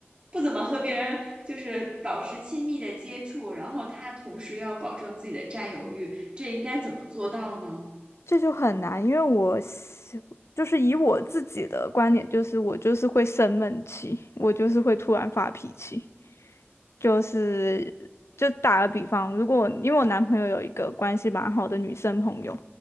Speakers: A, on the right; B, on the left.
A: 不怎么和别人就是保持亲密的接触，然后他同时要保证自己的占有欲，这应该怎么做到呢？
B: 这就很难，因为我是就是以我自己的观点，就是我就是会生闷气，我就是会突然发脾气。就是就打个比方，如果因为我男朋友有一个关系蛮好的女生朋友，